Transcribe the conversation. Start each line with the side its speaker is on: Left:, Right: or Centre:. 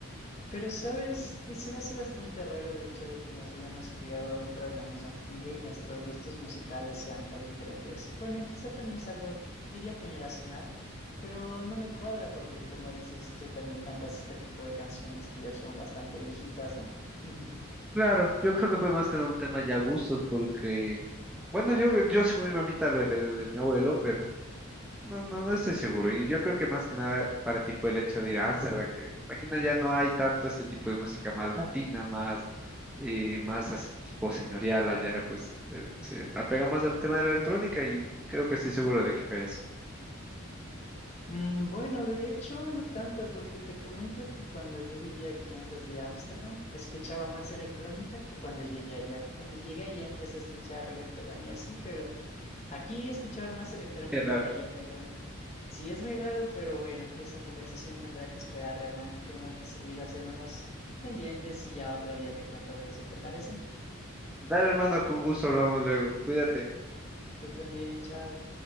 Left: Pero sabes, y se me hace bastante raro el hecho de que nos hayamos criado dentro de la misma familia y nuestros gustos musicales sean tan diferentes. Bueno, quizá también es algo, diría generacional, pero no me cuadra porque, como dices, tú también cantas este tipo de canciones que ya son bastante viejitas, ¿no? <laughs>
Centre: Claro, yo creo que fue más que nada un tema ya gustos, porque, bueno, yo, yo según mi mamita lo heredé de mi abuelo, pero no, no, no estoy seguro. Y yo creo que más que nada para ti fue el hecho de ir a Ámsterdam, que imagina ya no hay tanto este tipo de música más latina, más, eh, más así tipo señorial allá, pues eh, se apega más al tema de la electrónica y creo que estoy seguro de que fue eso.
Left: Mm, Bueno, de hecho, no tanto, porque te comento que cuando yo vivía aquí antes de ir a Ámsterdam, escuchaba más electrónica que cuando llegué allá. Cuando llegué allá empecé a escuchar reggaetón y así, pero aquí escuchaba más electrónica
Centre: Qué raro.
Left: que allá, te comento. Sí, es muy raro, pero bueno, esa conversación tendrá que esperar, hermano. Tengo que salir a hacer unos pendientes y ya otro día te cuento de eso, ¿te parece?
Centre: Dale, hermano, con gusto hablamos luego. Cuídate.
Left: Tú también, chao.